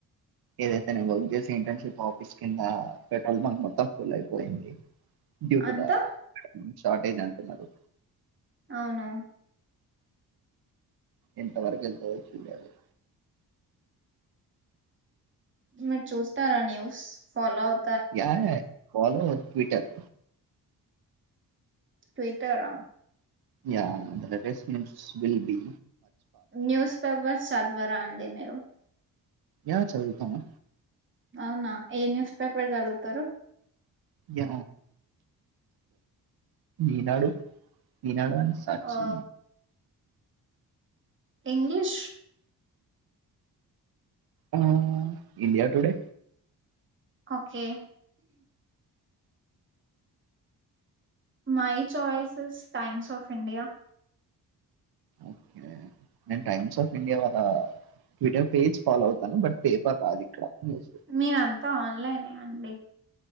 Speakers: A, on the right; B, on the right.
A: ఏదైతే నేమ్ వర్క్ చేసి ఇంటర్న్షిప్ ఆఫీస్ కింద పెట్రోల్ బంక్ మొత్తం ఫుల్ అయిపోయింది బ్యూతదా
B: అంతా
A: షార్ట్ అయింది అంటున్నారు
B: అవును
A: ఎంత వరకు ఎల్తదో పిల్లల్లీ
B: మీరు చూస్తారా న్యూస్ ఫాలో అవు
A: య ఫాలో అవుత్ ట్విట్టర్
B: ట్విట్టరా
A: యా ద డస్మెల్స్ సిమ్లాబీ
B: న్యూస్ పేపర్స్ సద్వారండి మీర్ టో
A: యా చదువుతాను
B: అవునా ఏ న్యూస్ పేపర్ జదువుతారు
A: yeah Eenadu Eenadu and Sakshi
B: oh English
A: yeah India Today
B: okay my choices Times of India
A: okay నేను టైమ్స్ ఆఫ్ ఇండియా వాళ్ల ట్విటర్ పేజ్ ఫాలో అవుతాను బట్ పేపర్ రాదు ఇక్కడ న్యూస్
B: మీరంతా ఆల్ ఇలానే అండి